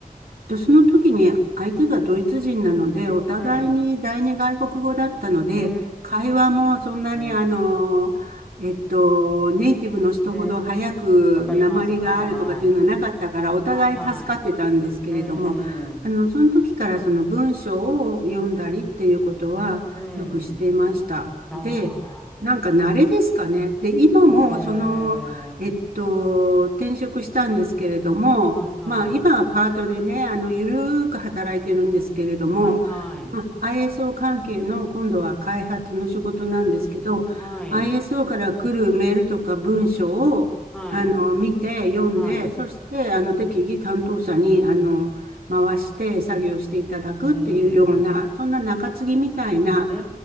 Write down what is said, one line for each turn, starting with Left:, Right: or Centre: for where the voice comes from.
Right: で、その時に相手がドイツ人なので、お互いに第二外国語だったので、
Centre: はい。うー
Right: 会話もそんなにあの、
Centre: ん。
Right: えっと、ネイティブの人ほど早く訛りがあるとかっていうのはなかったから、
Centre: うん。わかります。はいはい。
Right: お互い助かってたんですけれども、
Centre: はいはい。うんうん。
Right: あの、その時からその文章を読んだりっていうことはよくしていました。
Centre: うん。あ
Right: で、なんか慣れですかね。で、今もその、
Centre: あ。へえ。
Right: えっと、転職したんですけれども、
Centre: はいはい。
Right: まあ、今はパートでね、あの、ゆるーく働いてるんですけれども、
Centre: はいはい。
Right: まあ、ISO 関係の今度は開発の仕事なんですけど、
Centre: はい。
Right: ISO から来るメールとか文章を、
Centre: はい。
Right: あの、見て、読んで、
Centre: はい。
Right: そして、あの、適宜担当者に、あの、回して作業していただくっていうような、
Centre: うーん。
Right: そんな中継ぎみたいな、
Centre: うー